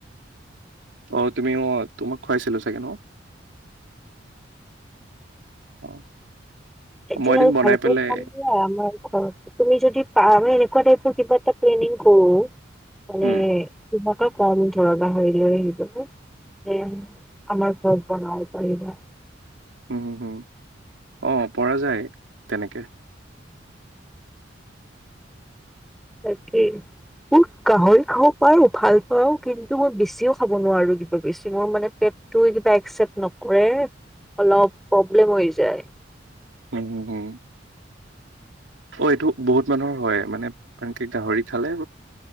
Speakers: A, on the right (about 80°); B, in the centre.
A: আহ, তুমিও তোমাক খুৱাইছিলো চাগে ন। <inaudible>
B: এ, আৰু
A: এদিন বনাই
B: ভালকৈ
A: পেলাই
B: খাম দিয়া আমাৰ ঘৰত তুমি যদি আমি এনেকুৱা টাইপৰ কিবা এটা প্লেনিং কৰো মানে
A: উম
B: তোমাক কম ধৰাহৰি লৈ আহি যাব। স আমাৰ ঘৰত বন পাৰিব
A: হুম হুম হুম অ, পৰা যায় তেনেকে।
B: তাকেই'। মোৰ গাহৰি খাব পাৰ উখাল পাও, কিন্তু মই বেছিও খাব নোৱাৰো কিবা বেছি মোৰ মানে পেট ত, কিবা একচেপ্ট নকৰে অলপ প্ৰব্লেম হৈ যায়।
A: হম, হম, হম। অ, এইটো বহুত মানুহৰ হয় মানে আনকি গাহৰি খালে।